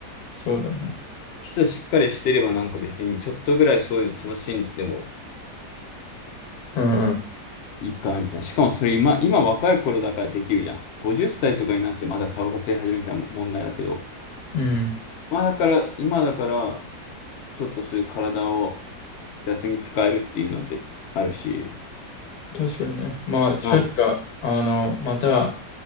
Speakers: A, on the left; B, on the left.
A: そうだね。
B: 基礎しっかりしてればなんか別にちょっとぐらいそういうの楽しんでも
A: うんうん。
B: いいかな、みたいな。しかもそれ今、今若い頃だからできるじゃん。50歳とかになってまだタバコ吸い始めたら問題だけど、
A: うん。
B: まあだから、今だから、ちょっとそういう体を雑に使えるっていうのってあるし、
A: 確かにね。まあ、近々、
B: まあ、
A: あの、また、